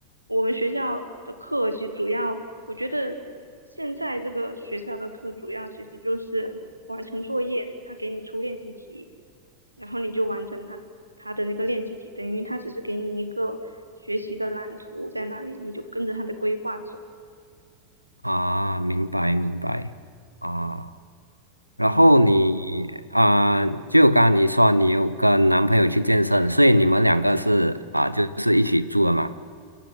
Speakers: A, on the right; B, on the left.
A: 我们学校的课其实主要，我觉得现在这个学校的课主要其实就是完成作业，他给你出练习题，然后你就完成他他的那个练习题，等于他只是给你一个学习的蓝图在那里，你就跟着他的规划走。
B: 啊，明白明白啊。然后你啊，
A: 嗯。
B: 就刚刚你说你有跟男朋友去健身，所以你们两个是啊，就是一起住的嘛？